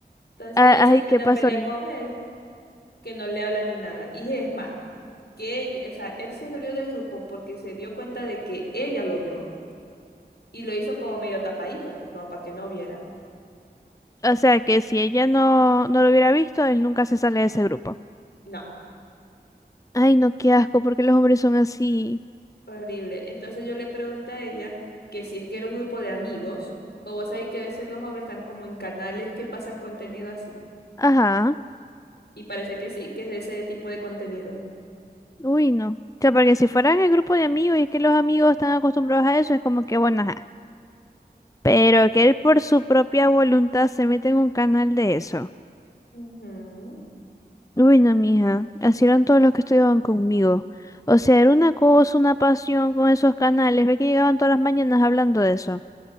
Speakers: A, on the left (about 75°); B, on the left (about 20°).
A: ella
B: A-
A: dice
B: Ay,
A: que
B: ¿qué
A: anda
B: pasó?
A: a pelear
B: Le-
A: con él, que no le habla ni nada. Y es más, que ella- o sea, él se salió del grupo porque se dio cuenta de que ella lo vio y lo hizo como medio tapadito, pues como para que no viera.
B: O sea, que si ella no, no lo hubiera visto, él nunca se sale de ese grupo.
A: No.
B: Ay, no, qué asco, porque los hombres son así.
A: Horrible. Entonces yo le pregunté a ella que si es que era un grupo de amigos, o vos sabés que a veces los hombres están como en canales que pasan contenido así.
B: Ajá.
A: Y parece que sí, que es de ese tipo de contenido.
B: Uy, no. O sea, porque si fueran el grupo de amigos y es que los amigos están acostumbrados a eso, es como que bueno, ajá. Pero que él por su propia voluntad se meta en un canal de eso.
A: Ujú.
B: Uy, no, mija. Así eran todos los que estudiaban conmigo. O sea, era una cosa, una pasión con esos canales. Ve que llegaban todas las mañanas hablando de eso.